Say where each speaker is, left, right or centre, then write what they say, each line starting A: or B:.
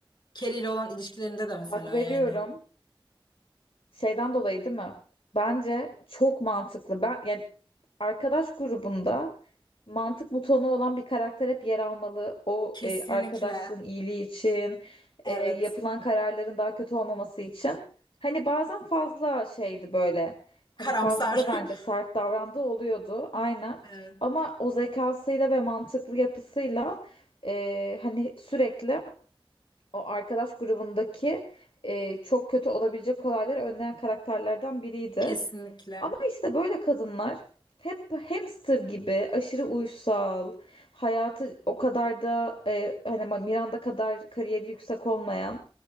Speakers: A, on the left; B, on the left.
A: Carrie ile olan ilişkilerinde de mesela
B: hak veriyorum.
A: yani.
B: şeyden dolayı değil mi? Bence çok mantıklı. Ben yani arkadaş grubunda mantık butonu olan bir karakter hep yer almalı. O
A: Kesinlikle.
B: e, arkadaşlığın iyiliği için,
A: Evet.
B: e, yapılan kararların daha kötü olmaması için. Hani bazen fazla şeydi böyle.
A: Karamsar.
B: Hani fazla bence
A: <laughs>
B: sert davrandığı oluyordu aynen.
A: Evet.
B: Ama o zekasıyla ve mantıklı yapısıyla e, hani sürekli o arkadaş grubundaki e, çok kötü olabilecek olayları önleyen karakterlerden biriydi.
A: Kesinlikle.
B: Ama işte böyle kadınlar hep hamster gibi aşırı uysal, hayatı o kadar da e, hani Miranda kadar kariyeri yüksek olmayan,